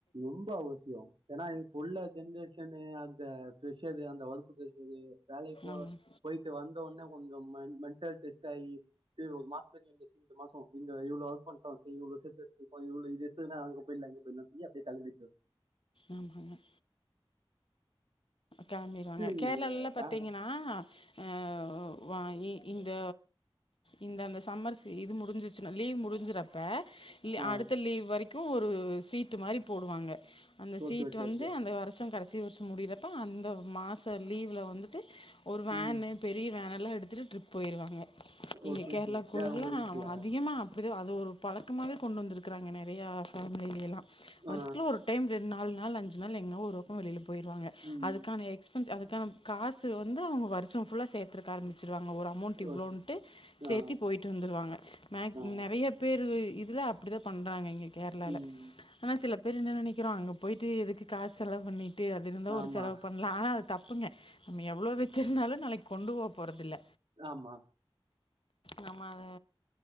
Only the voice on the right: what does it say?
ரொம்ப அவசியோ ஏன்னா இப்ப உள்ள ஜென்ரேஷனு அந்த ஃபிரஷ ஆது அந்த ஒர்க் பிரஷரு வேலைக்கு போ
போயிட்டு வந்த ஒன் என்ன கொஞ்சொ ம மென்டல் டெஸ்ட் ஆயி சேரி ஒரு மாசத்துக்கு இந்த சி இந்த மாசொ இந்த இவ்ளோ ஒர்க் பண்ட்டோ செ மூணு வர்ஷத்து வெச்சுருப்பா இவ்ளோ இத எத்துற அங்க போயிட்லா இங்க போயிட்டா செரியா <unintelligible>
சரி
இது
பே
ஆ
ஓகே,
ஓகே,
ஓகே.
ம்.
ஓகே,
ஓகே. யார் உங்க வீட்லயா?
ஆ
ம்.
ஓகே.
ஆ
ஆ
ம்.
ஆமா.
லாமா